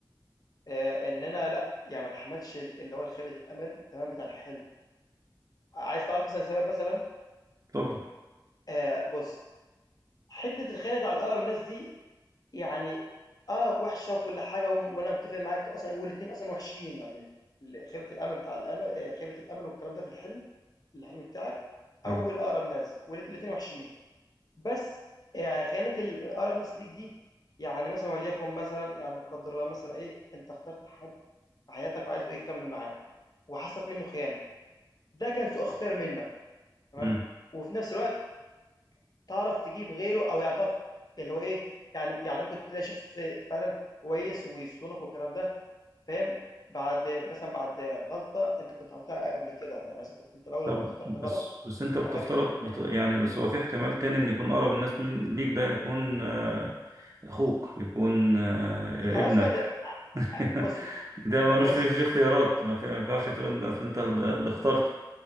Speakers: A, on the left (about 55°); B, on the right (about 45°).
A: آآ إن أنا لأ، يعني ما اتحمّلش ال اللي هو الخيبة الأمل تمام، بتاع الحلم. عايز تعرف مثلًا سبب مثلًا؟
B: اتفضل
A: آآ بُص، حتّة الخيانة على أقرب الناس دي يعني آه، وحشة وكل حاجة وم وأنا متّفق معاك أصلًا والاتنين أصلًا وحشين، يعني ال خيبة الأمل بتاع الأمل آآ خيبة الأمل والكلام ده في الحلم، الحلم بتاعك أو
B: أيوة
A: الأقرب ناس وال الاتنين وحشين. بس آآ خيانة الأقرب ناس ليك دي، يعني مثلًا وليكن مثلًا يعني لا قدّر الله مثلًا إيه، أنت اخترت حد في حياتك وعايز إيه تكمّل معاه، وحصلت منّه خيانة، ده كان سوء اختيار منّك تمام،
B: امم
A: وفي نفس الوقت تعرف تجيب غيره أو يعني تعرف اللي هو إيه، يعني يعني ممكن تلاقي شخص فعلًا كويس ويصونك والكلام ده فاهم، بعد مثلًا بعد غلطة أنت كنت عملتها قبل كده، يعني مثلًا أنت أنت الأول
B: طب
A: اخترت
B: بس
A: غلط
B: بس أنت بتفترض
A: فكان
B: بت...
A: إمم،
B: يعني بس هو في احتمال تاني إن يكون أقرب الناس مين ليك ده يكون آه أخوك يكون آه،
A: خلاص
B: ابنك
A: بقى ت أ
B: <laughs>
A: أ بُص ب
B: ده ملوش
A: بُص
B: فيه فيه اختيارات ما في- ما ينفعش تقول إن أصل أنت اللي اخترته